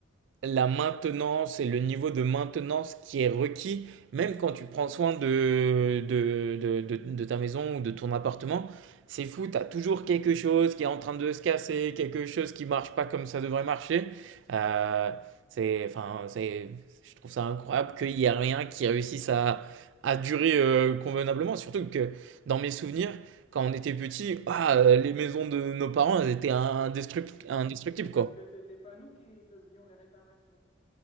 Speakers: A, on the right (about 70°); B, on the left (about 35°).
A: la maintenance et le niveau de maintenance qui est requis, même quand tu prends soin de, de, de- de- de ta maison ou de ton appartement, c'est fou, tu as toujours quelque chose qui est en train de se casser, quelque chose qui marche pas comme ça devrait marcher. Euh, c'est, enfin, c'est, je trouve ça incroyable qu'il n'y a rien qui réussisse à, à durer euh, convenablement, surtout que dans mes souvenirs, quand on était petit, ah, euh, les maisons de nos parents, elles étaient indestruct-
B: Ouais.
A: indestructibles,
B: Mais c'est
A: quoi.
B: parce que c'était pas nous qui faisions les réparations.